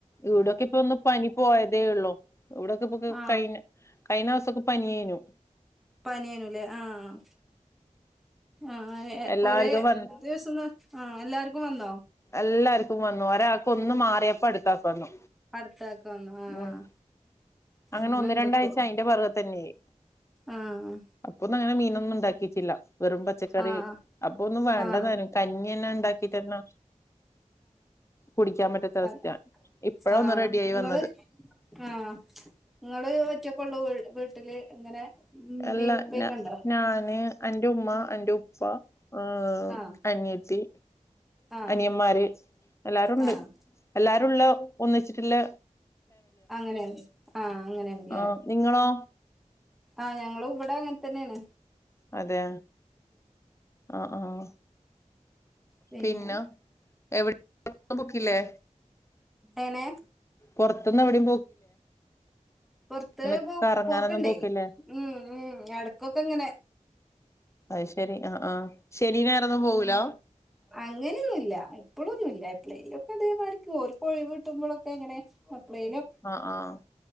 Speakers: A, on the left; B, in the centre.
A: ഈടൊക്കെ ഇപ്പൊ ഒന്ന് പനി പോ പോയതേ ഉള്ളു ഇവ്ടൊക്കെ ഇപ്പൊ
B: ആഹ്
A: കഴിഞ്ഞ കഴിഞ്ഞോസൊക്കെ പനി ഏനു.
B: പനിയേനുലേ ആഹ് ആഹ് ഏഹ്
A: എല്ലാർക്കും
B: കൊറേ
A: വന്ന്
B: ദിവസംന്ന് ആഹ് എല്ലാർക്കും വന്നോ
A: എല്ലാർക്കും വന്നു ഒരാക്ക് ഒന്ന് മാറിയപ്പ അടുത്താക്ക് വന്നു.
B: അടുത്താക്ക്‌ വന്നു ആഹ്
A: ഉം അങ്ങനെ
B: അങ്ങനെണ്ട്
A: ഒന്ന് രണ്ടാഴ്ച
B: ഇപ്പൊ
A: അയിന്റെ പൊർകെ തന്നെയ്
B: ആഹ്
A: അപ്പൊന്നും അങ്ങനെ മീനൊന്നും ഇണ്ടാക്കീട്ടില്ല വെറും പച്ചക്ക
B: ആഹ്
A: അപ്പൊ ഒന്നും വേണ്ടതാനും
B: ആഹ്
A: കഞ്ഞിയെന്നെ ഇണ്ടാക്കിട്ടന്ന കുടിക്കാൻ പറ്റാത്ത അവസ്ഥയാ.
B: ആഹ്
A: ഇപ്പഴ
B: ആഹ്
A: ഒന്ന് റെഡി ആയി
B: ഇങ്ങള്
A: വന്നത്.
B: ആഹ് ഇങ്ങള് ഒറ്റക്കൊള്ളു വി വീട്ടില് ഇങ്ങനെ ഇമ്മീം
A: എല്ല
B: ഇപ്പക്കെ
A: ഞ
B: ഇണ്ടോ?
A: ഞാന്, എന്റെ ഉമ്മ, എന്റെ ഉപ്പ ഏഹ്
B: ആഹ്
A: അനിയത്തി,
B: ആഹ്
A: അനിയമ്മാര് എല്ലാരുണ്ട്
B: ആഹ്
A: എല്ലാരും ഉള്ള ഒന്നിച്ചിട്ടില്ല
B: അങ്ങനെ ആഹ് അങ്ങനെയാണ്ല്ലേ
A: ആഹ് നിങ്ങളോ
B: ആഹ് ഞങ്ങളും ഇവ്ടെ അങ്ങൻതന്നെയാണ്.
A: അതെ ആഹ് ആഹ്
B: പിന്നെ
A: പിന്നാ എവിടെ പൊക്കില്ലേ
B: ഏനെ
A: പൊർത്തുന്ന് എവിടിം
B: പൊർത്ത്
A: ഇങ്ങനെ
B: പോ
A: കറങ്ങാനൊന്നും
B: പോക്ക്ണ്ടേ
A: പോക്കില്ലേ
B: ഉം ഉം എട്ക്കൊക്കെ ഇങ്ങനെ
A: അയ് ശരി ആഹ് ആഹ് ശനി ഞായറൊന്നും പോവുലാ
B: അങ്ങനെയൊന്നുല്ല എപ്പ്ളൊന്നുല്ല എപ്പ്ളേലോക്കെ ഇതേമാരിക്ക്‌ ഓൽക് ഒഴിവ് കിട്ടുമ്പളൊക്കെങ്ങനെ എപ്പ്ളേ
A: അഹ് ആഹ്